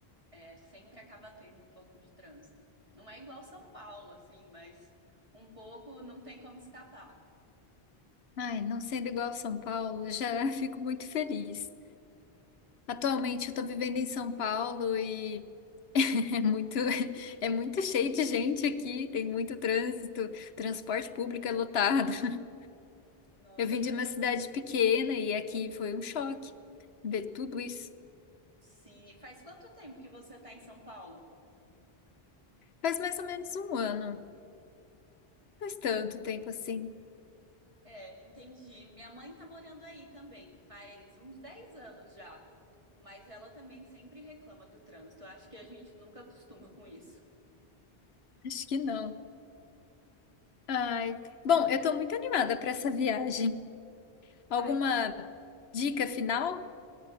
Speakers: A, on the right; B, on the left.
A: é, sempre acaba tendo um pouco de trânsito. Não é igual São Paulo, assim, mas um pouco não tem como escapar.
B: Ai, não sendo igual a São Paulo, já <laughs> fico muito feliz. Atualmente eu tô vivendo em São Paulo e <laughs> é muito, é muito cheio de gente aqui, tem muito trânsito, transporte público é lotado. <laughs>
A: Nossa,
B: Eu vim
A: é verdade.
B: de uma cidade pequena e aqui foi um choque ver tudo isso.
A: Sim, e faz quanto tempo que você tá em São Paulo?
B: Faz mais ou menos um ano, faz tanto tempo assim,
A: É, entendi. Minha mãe tá morando aí também, faz uns 10 anos já. Mas ela também sempre reclama do trânsito. Eu Acho que a gente nunca acostuma com isso.
B: acho que não. Ai, bom, eu tô muito animada para essa viagem. Alguma
A: Ai, vai
B: dica final?